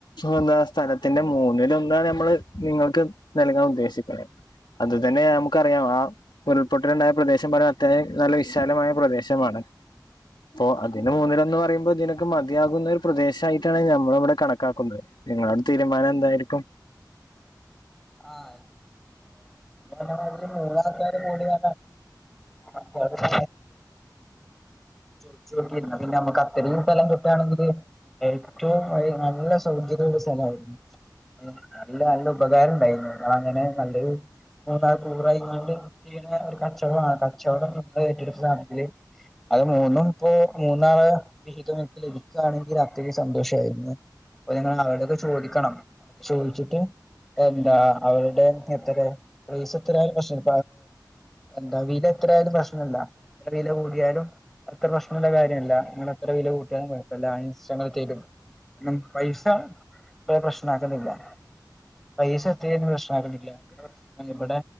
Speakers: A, on the left (about 80°); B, in the centre.
A: എന്ത സ്ഥലത്തിന്റെ മൂന്നിലൊന്നാണ് നമ്മള് നിങ്ങ ങ്ങക്ക് നൽകാൻ ഉദ്ദേശിക്കുന്നെ അത് തന്നെ നമുക്കറിയാം ആ ഉരുൾപൊട്ടലുണ്ടായ പ്രദേശം പറയാ അത്രോം നല്ല വിശാലമായ പ്രദേശമാണ് അപ്പൊ അതിന് മൂന്നിലൊന്ന് പറയുമ്പോ ഇതിനൊക്കെ മതിയാകുന്നൊരു പ്രദേശ ആയിട്ടാണ് ഞമ്മളവിടെ കണക്കാക്കുന്നത് ഇങ്ങളോട് തീരുമാനം എന്തായിരിക്കും
B: ആഹ് അമ്മാതിരി മൂന്നാൾക്കാര് കൂടി <unintelligible> അപ്പൊ അത് <unintelligible> ചോയിച്ചോക്കി എന്നാ പിന്നെ നമ്മുക്ക് അത്രയും സ്ഥലം തൊട്ടാണെങ്കില് ഏറ്റവും വഴി നല്ല സൗകര്യുള്ള സ്ഥലമായിരുന്നു നല്ല നല്ല ഉപകാരം ഉണ്ടായിരുന്നു ഞങ്ങളങ്ങനെ നല്ലൊരു മൂന്നാൽ കൂറയിങ്ങാണ്ട് ഒരു കച്ചവടമാണ് കച്ചവടം നിങ്ങൾ ഏറ്റെടുത്തതാണെങ്കില് അത് മൂന്നും ഇപ്പോ മൂന്നാള് വിഹിതം <unintelligible> ലഭിക്കുകയാണെങ്കിൽ അത്രയും സന്തോഷായിരുന്നു അപ്പം ഞങ്ങള് അവടൊക്കെ ചോദിക്കണം ചോയിച്ചിട്ട് എന്താ അവരുടെ <inaudible> പ്ലേസ് എത്രയാലും പ്രശ്നം എന്താ വീട് എത്രയാലും പ്രശ്നല്ല അത്ര വില കൂടിയാലും അത്ര പ്രശ്നമുള്ള കാര്യമല്ല അങ്ങന അത്ര വില കൂട്ടിയാലും കുഴപ്പമില്ല അതിനനുസരിച്ച് ഞങ്ങൾ തരും പൈസ ഇ പ്രശ്നമാക്കുന്നില്ല പൈസ ഒത്തിരി പ്രശ്നാക്കുന്നില്ല ഇവിടെ